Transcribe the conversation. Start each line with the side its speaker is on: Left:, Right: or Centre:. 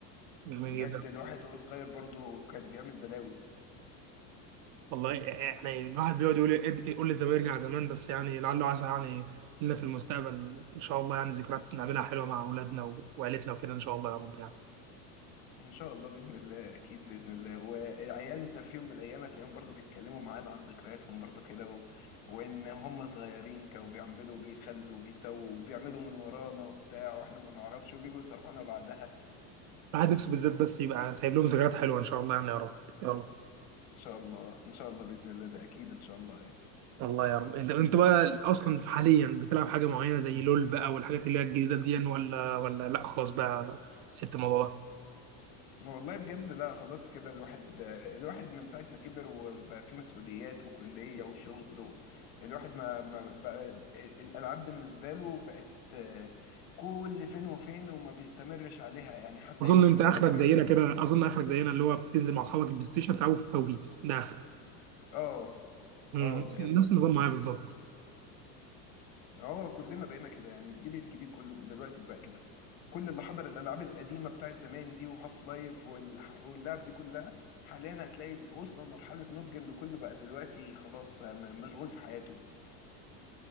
Right: جميل
Left: بجد
Right: جدا
Left: الواحد وهو صغير برضه كان بيعمل بلاوي
Right: والله احنا الواحد بيقعد يقول يقول لي زمان يرجع زمان بس يعني لعله عسى يعني لنا في المستقبل ان شاء الله يعني ذكريات نعملها حلوه مع اولادنا و- وعيلتنا وكده ان شاء الله يا رب يعني
Left: ان شاء الله باذن الله اكيد باذن الله وعيالنا في يوم من الايام هتلاقيهم برضه بيتكلموا معانا عن ذكرياتهم برضه كده و... وان هم صغيرين كانوا بيعملوا وبيخلوا وبيسووا وبيعملوا من ورانا وبتاع واحنا ما نعرفش وبيجوا يصرحونا بعدها
Right: الواحد نفسه بالذات بس يبقى سايب لهم ذكريات حلوه ان شاء الله يعني يا رب يا رب
Left: ان شاء الله ان شاء الله باذن الله ده اكيد ان شاء الله
Right: الله يا رب انت انت بقى اصلا حاليا بتلعب حاجه معينه زي لول بقى والحاجات اللي هي الجديده دي ولا ولا لا خلاص بقى سبت الموضوع ده
Left: والله بجد لا خلاص كده الواحد الواحد من ساعة ما كبر وبقى فيه مسؤوليات وكلية وشغل و... الواحد ما ما بقى الألعاب بالنسبة له بقت آه، كل فين وفين وما بيستمرش عليها يعني حتى
Right: اظن
Left: هي مش
Right: انت
Left: من
Right: اخرك
Left: باب الرفاهية
Right: زينا كده اظن اخرك زينا اللي هو بتنزل مع اصحابك البلاي ستيشن تلعبوا في فوبيس ده اخرك
Left: اه
Right: امم،
Left: اه بجد
Right: نفس النظام معايا بالظبط
Left: هو كلنا بقينا كده يعني الجيل الجديد كله دلوقتي بقى كده كل اللي حضر الألعاب القديمة بتاعت زمان دي وهاف لايف والح... واللعب دي كلها حاليا هتلاقي وصل لمرحلة نضج إن كله بقى دلوقتي خلاص م- مشغول في حياته